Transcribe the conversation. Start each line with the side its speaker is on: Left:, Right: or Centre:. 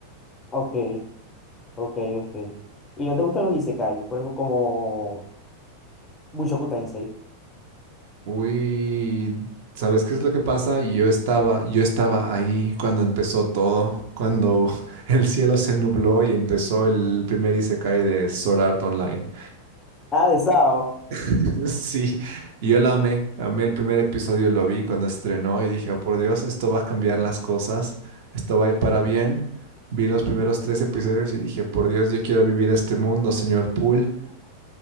Left: Ok, ok, ok. ¿Y no te gustan los isekai? Por ejemplo, como Mushoku Tensei.
Right: Uy, ¿sabes qué es lo que pasa? Yo estaba, yo estaba ahí cuando empezó todo, cuando <laughs> el cielo se nubló y empezó el primer isekai de Sword Art Online.
Left: Ah, de Sao.
Right: <laughs> Sí, y yo la amé, amé el primer episodio, lo vi cuando estrenó y dije, oh por Dios, esto va a cambiar las cosas, esto va a ir para bien. Vi los primeros tres episodios y dije, por Dios, yo quiero vivir este mundo, señor Poole.